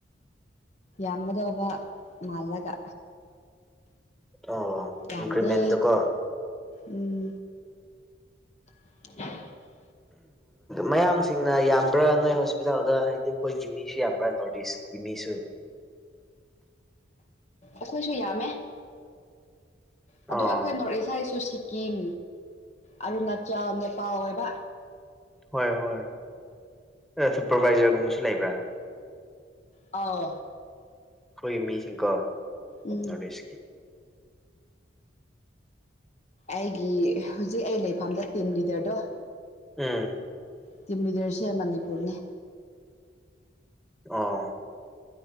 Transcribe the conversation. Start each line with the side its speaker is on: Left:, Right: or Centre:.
Left: ꯑꯃꯗꯣꯕ ꯃꯂꯒ
Centre: ꯑꯣ
Left: ꯌꯥꯝꯗꯦ
Centre: ꯏꯟꯀ꯭ꯔꯤꯃꯦꯟꯗꯨꯀꯣ
Left: ꯎꯝ <unintelligible>
Centre: ꯃꯌꯥꯡꯁꯤꯡꯅ ꯌꯥꯝꯕ꯭ꯔꯥ ꯅꯣꯏ ꯍꯣꯁꯄꯤꯇꯥꯜꯗ ꯍꯥꯏꯗꯤ ꯑꯩꯈꯣꯏꯒꯤ ꯃꯤꯁꯤ ꯌꯥꯝ ꯅꯣꯇꯁ ꯀꯃꯤꯁꯨ
Left: ꯑꯈꯣꯏꯁꯨ ꯌꯥꯝꯃꯦ ꯎꯞ ꯑ ꯑꯗꯨ
Centre: ꯑꯥ
Left: ꯑꯩꯈꯣꯏ ꯅꯣꯔꯠ ꯏꯁ ꯍꯥꯏꯁꯨ ꯁꯤꯠ ꯀꯤꯝ ꯑꯔꯨꯅꯥꯆꯥꯜ ꯅꯦꯄꯥꯜ ꯑꯣꯏꯕ
Centre: ꯍꯣꯏ ꯍꯣꯏ ꯑ ꯁꯨꯄꯔꯚꯏꯖꯔꯒꯨꯝꯕꯁꯨ ꯂꯩꯕ꯭ꯔꯥ
Left: ꯑꯥꯎ
Centre: ꯑꯩꯈꯣꯏꯒꯤ ꯃꯤꯁꯤꯡꯀꯣ
Left: ꯎꯝ
Centre: ꯅꯣꯔꯠ ꯏꯁꯀꯤ
Left: ꯑꯩꯒꯤ ꯍꯧꯖꯤꯛ ꯑꯩ ꯂꯩꯐꯝꯗ ꯇꯤꯝ ꯂꯤꯗꯔꯗꯨ
Centre: ꯎꯝ
Left: ꯇꯤꯝ ꯂꯤꯗꯔꯁꯦ ꯃꯅꯤꯄꯨꯔꯅꯦ
Centre: ꯑ